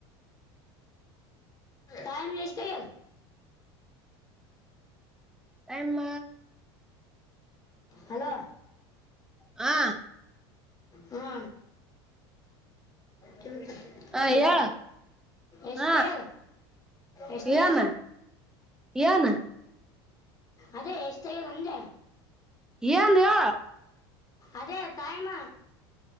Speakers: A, on the left; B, in the centre.
A: ಟಮ ಎಷ್ಟತೇ
B: ಆಮ್ಮ
A: ಹಲೋ
B: ಹಾ
A: ಹಾ ಕೆ ಕಡೆ
B: ಹ ಹೇಳ
A: ಹಲೋ ಎಷ್ಟ್ಟೇ
B: ಹ
A: ಎಷ್ಟ್ಟೇ
B: ಏನ್ ಏನ್
A: ಅದೇ ಯಷ್ಟತೆಗೆ ನಂದ
B: ಏ ಅಂದಯ
A: ಅದೇ ತಾಯಮ